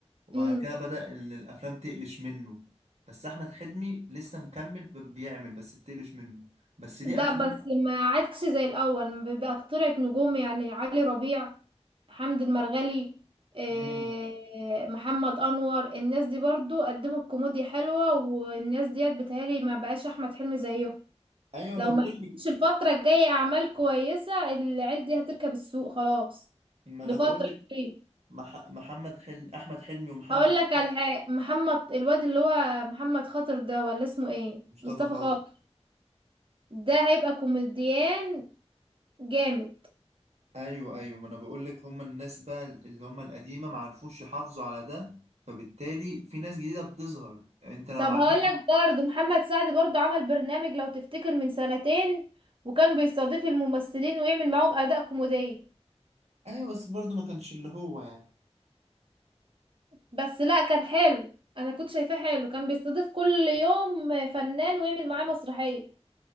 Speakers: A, on the right; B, on the right.
A: وبعد
B: امم
A: كده بدأ ان الافلام تقلش منه بس احمد حلمي لسه مكمل ب- بيعمل بس بتقلش منه بس ليه
B: ده
A: افلام
B: بس ما عادش زي الاول بقى طلعت نجوم يعني علي ربيع حمد المرغلي إيه
A: امم
B: محمد انور الناس دي برضو قدموا الكوميديا حلوة والناس ديت بتهيألي ما بقاش احمد حلمي زيهم
A: ايوه
B: لو
A: انا بقول
B: ما قدمش
A: لك
B: الفترة الجاية اعمال كويسة العيال دي هتركب السوق خلاص
A: ما انا
B: لفترة
A: بقول لك
B: كبيرة
A: مح... محمد حلمي احمد حلمي ومحمد
B: هقول لك على حاجة محمد الواد اللي هو محمد خاطر ده ولا اسمه ايه
A: مصطفى
B: مصطفى
A: خاطر
B: خاطر ده هيبقى كوميديان جامد
A: ايوه ايوه ما انا بقول لك هم الناس بقى اللي هم القديمه ما عرفوش يحافظوا على ده فبالتالي في ناس جديدة بتظهر انت لو
B: طب
A: معرفتش
B: هقول لك برضه محمد سعد برضه عمل برنامج لو تفتكر من سنتين وكان بيستضيف الممثلين ويعمل معاهم اداء كوميدي
A: ايوه بس برضه ما كانش اللي هو يعني
B: بس لا كان حلو انا كنت شايفاه حلو كان بيستضيف كل يوم فنان ويعمل معاه مسرحية